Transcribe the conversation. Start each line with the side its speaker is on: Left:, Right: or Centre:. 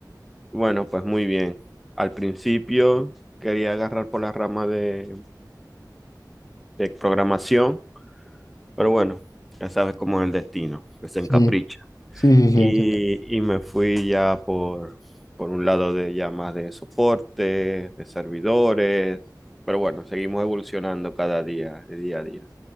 Centre: Bueno, pues muy bien. Al principio quería agarrar por la rama de, de programación, pero bueno, ya sabes cómo es el destino, que se
Left: Sí,
Centre: encapricha.
Left: sí, sí,
Centre: Y,
Left: sí, entiendo.
Centre: y me fui ya por, por un lado de ya más de soporte, de servidores, pero bueno, seguimos evolucionando cada día, de día a día.